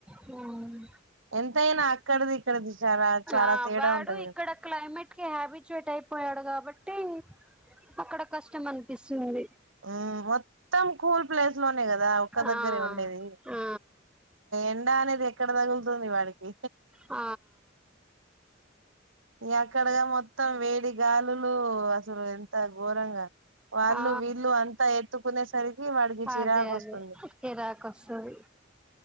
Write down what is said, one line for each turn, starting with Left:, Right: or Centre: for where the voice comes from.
Centre: హ్మ్
Right: ఎంతైనా అక్కడిది ఇక్కడిది చాలా చాలా
Centre: ఆ
Right: తేడా
Centre: వాడు
Right: ఉంటది
Centre: ఇక్కడ
Right: కదా
Centre: క్లైమేట్ కి హ్యాబిచుయేట్ అయిపోయాడు కాబ ట్టి అక్కడ కష్టం అనిపిస్తుంది
Right: హ్మ్ మొత్తం కూల్ ప్లేస్ లోనే కదా ఒక్క
Centre: ఆ
Right: దగ్గరే ఉండేది ఇయాఎన్
Centre: ఆ
Right: ఎండా అనేది ఎక్కడ తగులుతుంది వాడికి
Centre: ఆ
Right: ఎక్కడగా మొత్తం వేడి గాలులు అసలు ఎంత ఘోరంగా వాళ్ళు
Centre: ఆ
Right: వీళ్ళు అంతా ఎత్తుకునే సరికి వాడికి చిరాకు
Centre: అదే అదే
Right: వస్తుంది
Centre: చిరాకు వస్తది